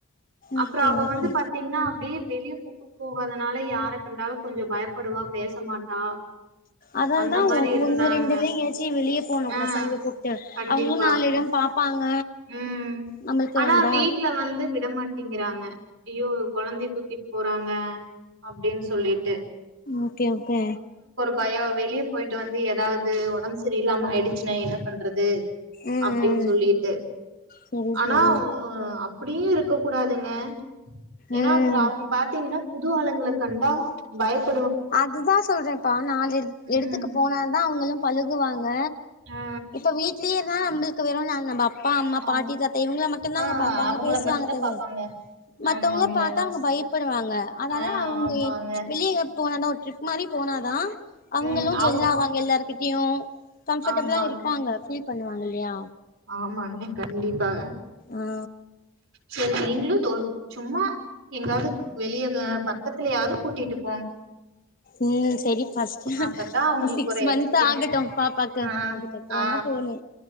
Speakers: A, on the right; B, on the left.
A: அப்புறோ
B: ஓகே
A: அவ
B: ஓகே
A: வந்து பாத்தீங்கன்னா அப்டியே வெளிய கூப்புட்டு போகாதனால யார் யார கண்டாலு கொஞ்சோ பயப்படுவா பேச மாட்டா
B: அதாலதா
A: அந்த மாரி இருந்தாங்க.
B: ஒண்ணு ரெண்டுல எங்கயாச்சு வெளிய போனு
A: ஆ
B: கூடாது பசங்கள கூப்புட்டு
A: கண்டிப்பா.
B: அவங்களு நாலு எடோ பாப்பாங்க
A: ம்
B: நம்மளுக்கு
A: ஆனா
B: இதா
A: வீட்ல வந்து விட மாட் திங்கிறாங்க ஐயோ கொழந்தை தூக்கிட்டு போறாங்க அப்டின் சொல்லிட்டு
B: ஓகே ஓகே
A: பயோ வெளிய போயிட்டு வந்து எதாவது ஒடம்பு செரி இல்லாம ஆயிடுச்சுன்னா என்ன பண்றது
B: ம்
A: அப்டின்
B: ம்
A: சொல்லிட்டு
B: சரி
A: ஆனா
B: சரி
A: அப்டியு இருக்க கூடாதுங்க ஏன்னா
B: ம்
A: அப்புறோ அவங்க பாத்தீங்கன்னா புது ஆலுங்கள கண்டா பயப்
B: அதுதா சொல்றேப்பா நாலு எடுத்
A: ம்ஹ்ம்.
B: எடுத்துக்கு போனாதா அவங்களும் பழுகுவாங்க
A: ஆ,
B: இப்ப வீட்லயே இருந்தா நம்மளுக் க்கு வெறு நாள் நம்பப் அப்பா அம்மா
A: ஆ,
B: பாட்டி தாத்த இவங்கள மட்டுந்தா
A: ஆ
B: அவங்க பாப்பாங்க
A: அவங்கள
B: பேசுவாங்க
A: மட்டும் தான்
B: தவுர
A: பாப்பாங்க.
B: மத்தவங்கள
A: ஆமாங்க.
B: பாத்தா அவங்க பயிப்படுவாங்க அதனால
A: ஆ,
B: அவங்க
A: ஆமாங்க.
B: எங் வெளிய எங்கயாவது ஒரு டிரிப் மாரி போனாதா அவங்களு
A: ம். அவங்க
B: ஜெல்லா ஆவாங்க எல்லாருகிட்டயு கம்ஃப்படபுளா
A: ஆமாங்க,
B: இருப்பாங்க பீல் பண்ணுவாங்க இல் இல்லியா
A: ஆமாங்க கண்டிப்பாக
B: ஆ
A: சேரி நீங்களு டோரு சும்மா எங்காவது வெளியது பக்கத்துலயாது கூட்டிட்டுப்
B: ம் சேரி ஃபஸ்ட் ஃபஸ்ட்டு
A: அப்பதான் அவங்களுக்கு
B: சிக்ஸ்
A: ஒரு
B: மந்த்
A: எக்ஸ்பீரியன்ஸ்
B: ஆகட்டும் பாப்பாக்கு
A: ஆ,
B: அதுக்கப்புறோந்தா
A: ஆ,
B: போணு